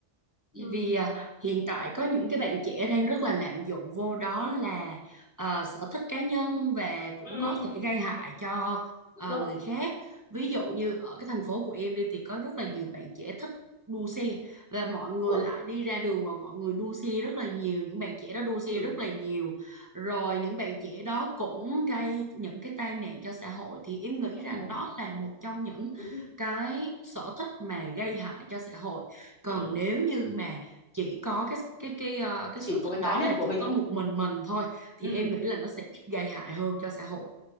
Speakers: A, on the left (about 65°); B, on the right (about 15°).
A: ừ.
B: vì à, hiện tại có những cái bạn trẻ đang rất là lạm dụng vô đó là à, sở thích cá nhân và cũng
A: Ừ,
B: có thể gây hại cho à,
A: Đúng rồi,
B: người khác ví dụ như ở cái thành phố của em đi thì có rất là nhiều bạn trẻ thích đua xe và mọi người
A: tuổi.
B: lại đi ra đường và mọi người đua xe rất là nhiều những bạn trẻ đó đua xe
A: Ừ,
B: rất là nhiều rồi những bạn trẻ đó cũng gây những cái tai nạn cho xã hội thì em nghĩ
A: Hoặc
B: rằng
A: là
B: đó là một trong những
A: đúng. rồi.
B: cái sở thích mà gây hại cho xã hội còn
A: Ừ,
B: nếu như mà chỉ có cái cái cái ờ, cái
A: chỉ
B: sở
A: có
B: thích
A: cái
B: đó
A: cá nhân
B: là
A: của
B: chỉ
A: mình
B: có
A: ấy.
B: một mình mình thôi thì
A: Ừ,
B: em nghĩ là nó sẽ ít gây hại hơn cho xã hội